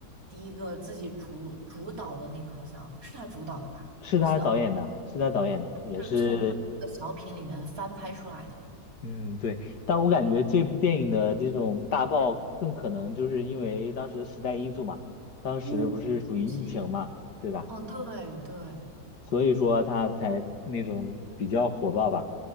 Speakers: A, on the right; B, on the left.
A: 第一个自己主主导的那个好像是他主导的吧？
B: 是他导演的，
A: 我记得啊，
B: 是他导演的，也是，
A: 是从他的那个小品里面翻拍出来的。
B: 嗯，对，但我感觉这部电影的这种大爆更可能就是因为当时的时代因素嘛，当时不是属于疫情嘛，
A: 嗯，女性。
B: 对吧？
A: 嗯，对对，
B: 所以说他才那种比较火爆吧，